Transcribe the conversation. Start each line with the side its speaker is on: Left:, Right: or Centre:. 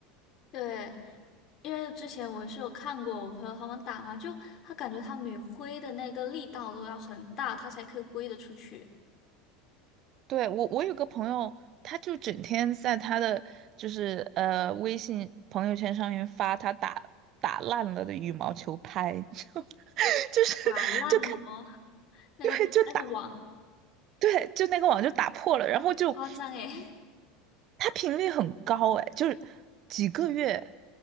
Left: 对，因为之前我是有看过我朋友他们打嘛，就他感觉他每挥的那个力道都要很大，他才可以挥得出去，
Right: 对，我，我有个朋友，他就整天在他的就是呃微信朋友圈上面发他打打烂了的羽毛球拍，<laughs> 就就是就看
Left: 打烂了吗？<laughs> 那个那个网
Right: 对就打对就那个网就打破了，然后就
Left: 夸张诶。
Right: 他频率很高哎，就是几个月